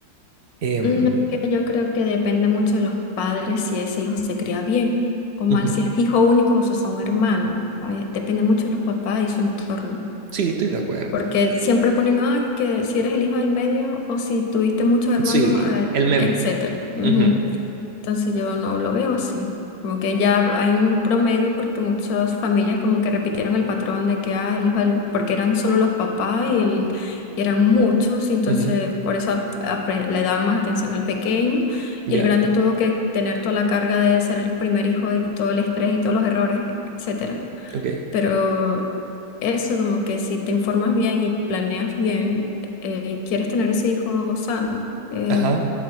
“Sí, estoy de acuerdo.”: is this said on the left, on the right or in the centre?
Right